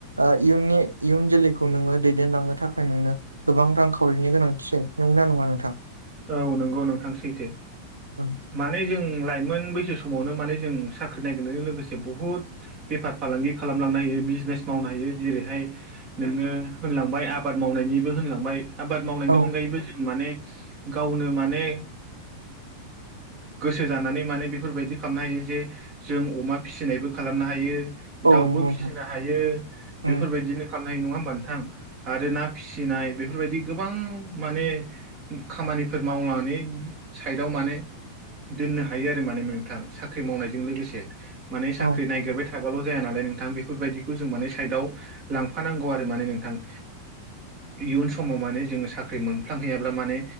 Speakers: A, on the right (about 80°); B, on the right (about 35°).
A: ओ इयुननि इयुन जोलैखौ खौ नोंङो दैदेनलांनो थाखाय नोंनो गोबां रांखावरिनि गोनांथिसै नंगौना नंङा नोंथां?
B: औ नंगौ नोंथां सैथो
A: उम
B: माने जों लाइमोन बैसो समावनो माने जों साख्रि नागिरनायजों लोगोसे बहुद बेफार फालांगि खालामलांनो हायो बिजनेस मावनो हायो जेरै। बेहाय नोंङो होनलांबाय आबाद मावनायनिबो होनलांबाय आबाद मावनायनि
A: औ
B: अनगायैबो जों माने गावनो माने गोसो जानानै माने बेफोरबायदि खालामनो हायो जे जों अमा फिसिनायबो खालामनो हायो।
A: औ
B: दाउबो
A: नंगौ नोंथां
B: फिसिनो हायो
A: उम
B: बेफोरबायदिनो खालामनो हायो नंङा होमबा नोंथां? आरो ना फिसिनाय बेफोरबायदि गोबां माने खामानिफोर मावनानै साइडआव माने दोननो हायो आरो माने नोंथां साख्रि मावनायजों लोगोसे माने साख्रि
A: औ
B: नायागिरबाय था बाल' जाया नालाय नोंथां बेफोरबायदिखौ जों माने साइदआव लांफानांगौ आरो माने नोंथां। इयुन समाव माने जोङो साख्रि मोनफ्लांहैयाब्ला माने